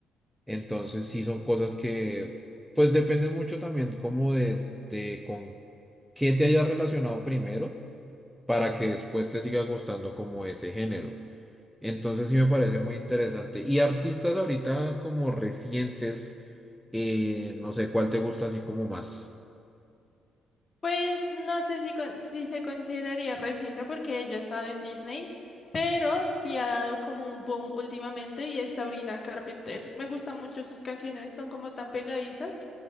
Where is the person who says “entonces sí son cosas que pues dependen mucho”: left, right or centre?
Centre